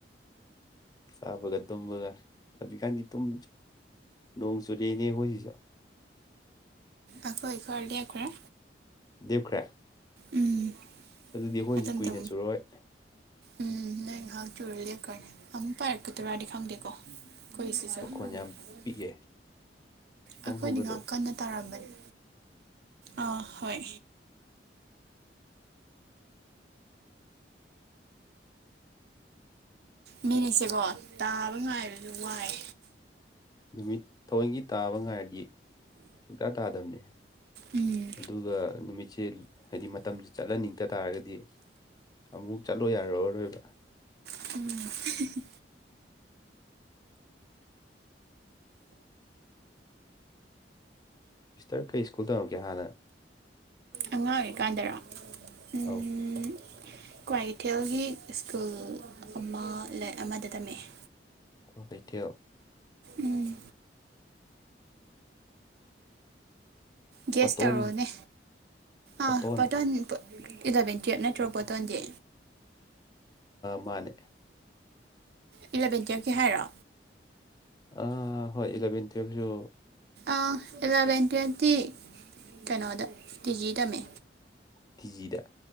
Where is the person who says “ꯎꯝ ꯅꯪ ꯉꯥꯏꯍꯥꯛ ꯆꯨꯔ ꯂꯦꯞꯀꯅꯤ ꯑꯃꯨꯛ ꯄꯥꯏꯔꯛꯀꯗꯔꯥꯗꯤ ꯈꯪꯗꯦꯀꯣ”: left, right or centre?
Right